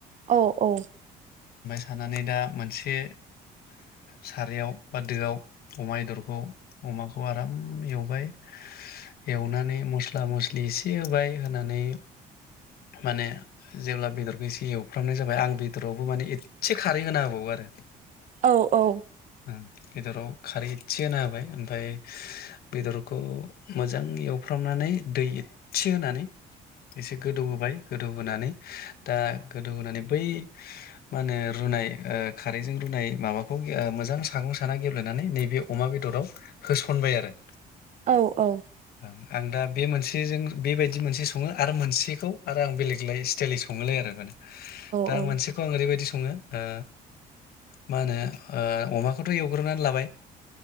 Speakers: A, on the right; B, on the left.
A: औ औ।
B: <unintelligible> दा मोनसे सारायाव बा दोआव अमा बेदरखौ अमाखौ आराम एवबाय एवनानै मस्ला मसि एसे होबाय होनानै माने जेब्ला बेदरखौ एसे एवफ्रामनाय जाबाय आं बेदरावबो माने एसे खारै होना होबावो आरो
A: औ औ।
B: ओं बेदराव खारै इदसे होना होबाय ओमफाय बेदर अ मोजाङै एवफ्रामनानै दै एदसे होनानै एसे गोदौहोबाय गोद दौहोनानै दा गोदौ होनानै बै मा होनो रुनाय ओ खारैजों रुनाय माबाखौ ओ मोजां सागं साना गेब्लेनानै नैबे अमा बेदराव होसनबाय आरो।
A: औ औ।
B: ओं आं दा बे मोनसेजों बेबायदि मोनसे सङो आरो मोनसेखौ आरो आं बेलेग लाय स्टाइलै सङोलाय आरो माने दा
A: उम
B: मोनसेखौ आं ओरैबायदि सङो ओ मा होनो ओ अमाखौथ' एवग्रोना लाबाय